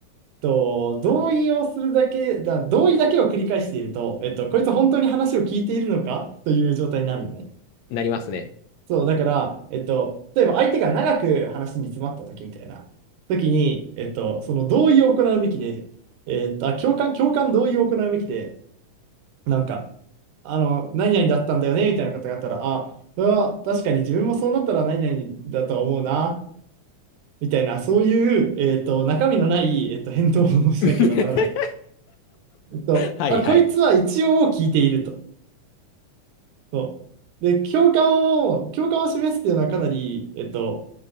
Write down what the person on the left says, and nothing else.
なりますね。
<laughs>
はいはい。